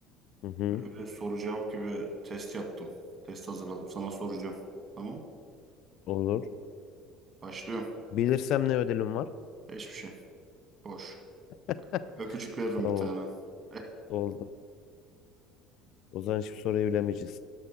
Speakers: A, on the left (about 55°); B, on the right (about 30°).
A: Hı hı,
B: Böyle bir soru cevap gibi test yaptım. Test hazırladım. Sana soracağım. Tamam.
A: olur.
B: Başlıyorum.
A: Bilirsem ne ödülüm var?
B: Hiçbir şey. Boş.
A: <laughs>
B: Öpücük veririm
A: Tamam,
B: bir tane. <laughs>
A: oldu. O zaman hiçbir soruyu bilemeyeceğiz.